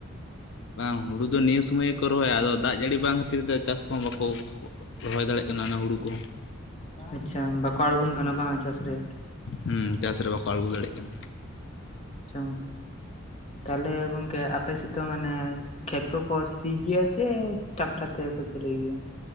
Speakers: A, on the left; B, on the left.
A: ᱵᱟᱝ ᱦᱩᱲᱩ ᱫᱚ ᱱᱤᱭᱟᱹ ᱥᱩᱢᱟᱹᱭ ᱜᱮᱠᱚ ᱨᱚᱦᱚᱭᱟ ᱟᱫᱚ ᱫᱟᱜ ᱡᱟᱹᱲᱤ ᱵᱟᱝ ᱠᱷᱟᱹᱛᱤᱨ ᱛᱮ ᱪᱟᱥ ᱠᱚᱦᱚᱸ ᱵᱟᱠᱚ ᱨᱚᱦᱚᱭ ᱫᱟᱲᱮᱜ ᱠᱟᱱᱟ ᱚᱱᱟ ᱦᱩᱲᱩ ᱠᱚᱦᱚᱸ᱾
B: ᱟᱪᱪᱷᱟ ᱵᱟᱠᱚ ᱟᱲᱜᱩᱱ ᱠᱟᱱᱟ ᱵᱟᱝ ᱪᱟᱥ ᱨᱮ?
A: ᱦᱩᱸ ᱪᱟᱥ ᱨᱮ ᱵᱟᱠᱚ ᱟᱲᱜᱩ ᱫᱟᱲᱮᱜ ᱠᱟᱱᱟ᱾
B: ᱟᱪᱪᱷᱟ ᱛᱟᱦᱚᱞᱮ ᱜᱚᱝᱠᱮ ᱟᱯᱮ ᱥᱮᱜ ᱫᱚ ᱢᱟᱱᱮ ᱠᱷᱮᱛ ᱠᱚᱠᱚ ᱥᱤ ᱜᱮᱭᱟ ᱥᱮ ᱴᱟᱠᱴᱟᱨ ᱛᱮᱜᱮ ᱠᱚ ᱪᱟᱹᱞᱩᱭ ᱜᱮᱭᱟ?